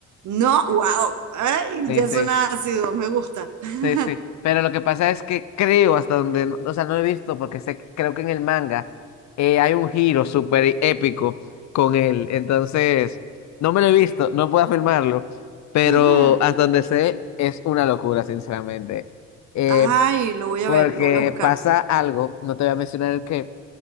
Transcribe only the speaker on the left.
Sí,
sí.
Sí, sí, pero lo que pasa es que creo hasta donde, o sea, no he visto porque sé, que- creo que en el manga eh, hay un giro súper épico con él, entonces no me lo he visto, no puedo afirmarlo, pero
hasta donde sé es una locura, sinceramente, eh,
porque
pasa algo, no te voy a mencionar el qué,